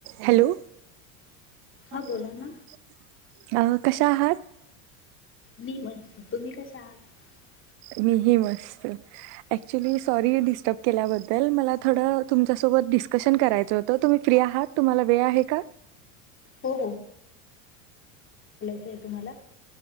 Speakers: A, on the right (about 60°); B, on the left (about 30°).
A: Hello
B: हां
A: अं
B: बोला ना
A: कशा आहात?
B: मी मस्त <inaudible>
A: मीही मस्त. ॲक्च्युली सॉरी डिस्टर्ब केल्याबद्दल मला थोडं तुमच्यासोबत डीस कशन करायचं होत तुम्ही फ्री आहात? तुम्हाला वेळ आहे का?
B: हो ते तुम्हाला